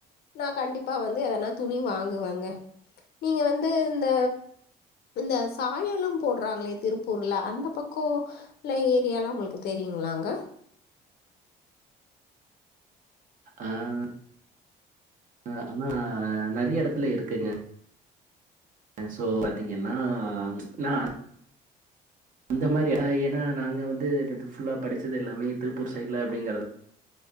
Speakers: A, on the left; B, on the right.
A: நான் கண்டிப்பா வந்து அதெல்லாம் துணி வாங்குவேங்க நீங்க வந்து இந்த இந்த சாயலும் போடுறாங்களே திருப்பூர்ல அந்த பக்கோ ல ஏரியாலாம் உங்களுக்கு தெரியுங்களாங்க
B: ஆஹ் ஹ ஆனா நிறைய இடத்துல இருக்குங்க சோ பாத்தீங்கன்னா ந அந்த மாதிரி அ ஏன்னா நாங்க வந்து என ஃபுல்லா படிச்சது எல்லாமே திருப்பூர் சைட்ல அப்படிங்கறத